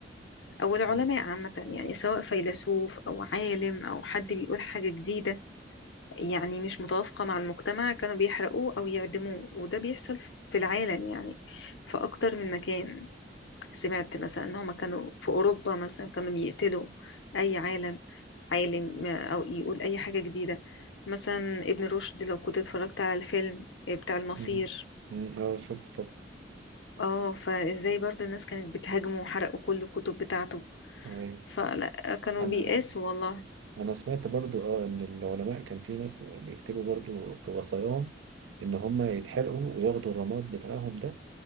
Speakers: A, on the left; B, on the right.
A: او العلماء
B: م-
A: عامة يعني سواء فيلسوف او عالم او حد بيقول حاجة جديدة يعني مش متوافقة مع المجتمع كانوا بيحرقوه او يعدموه وده بيحصل في العالم يعني في اكتر من مكان سمعت مثلا ان هما كانوا في اوروبا مثلا كانوا يقتلوا اي عالم عالم او يقول اي حاجة جديدة مثلا ابن رشد لو كنت اتفرجت على الفيلم بتاع المصير
B: م- م- آه، شفت طب
A: اه فازاي برضو الناس كانت بتهاجمه وحرقوا كل الكتب بتاعته
B: ايوه
A: فلا كانوا
B: انا
A: بيقاسوا والله
B: انا سمعت برضو اه ان العلماء كان في ناس بيكتبوا برضو في وصاياهم ان هم يتحرقوا وياخدوا الرماد بتاعهم ده